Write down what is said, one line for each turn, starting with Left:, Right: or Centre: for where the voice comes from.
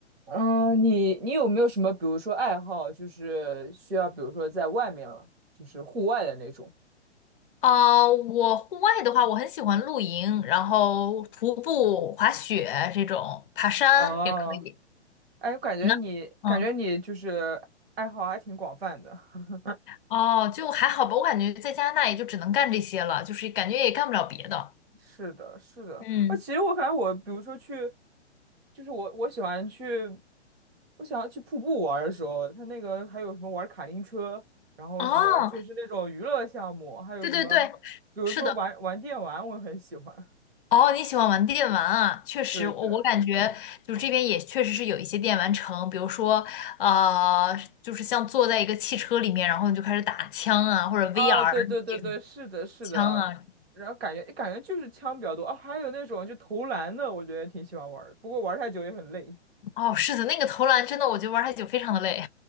Right: 嗯、呃你你有没有什么，比如说爱好，就是需要，比如说在外面，就是户外的那种？
Left: 呃，我户外的话，我很喜欢露营，然后徒步、滑雪这种，爬山也可以。
Right: 哦，哎，我感觉你感觉你就是爱好还挺广泛的。
Left: 你呢？嗯，
Right: <laughs>
Left: 哦，就还好吧，我感觉在加拿大也就只能干这些了，就是感觉也干不了别的。
Right: 是的，是的。
Left: 嗯，
Right: 啊，其实我感觉我，比如说去，就是我我喜欢去，我喜欢去瀑布玩儿的时候，它那个还有什么玩卡丁车，然后什么就是那种娱乐项目，
Left: 哦，
Right: 还有什么，
Left: 对对对，
Right: 比如说玩玩电玩，
Left: 是的。
Right: 我很喜欢。
Left: 哦，你喜欢玩电玩啊？确实，
Right: <laughs> 对对。
Left: 我我感觉就是这边也确实是有一些电玩城，比如说，呃，就是像坐在一个汽车里面，然后你就开始打枪啊，或者
Right: 啊，
Left: VR
Right: 对对对对，
Left: 那种
Right: 是的，是的啊，
Left: 枪啊。
Right: 然后感觉感觉就是枪比较多啊，还有那种就投篮的，我觉得挺喜欢玩儿，不过玩儿太久也很累。
Left: 哦，是的，那个投篮真的，我觉得玩太久非常的累，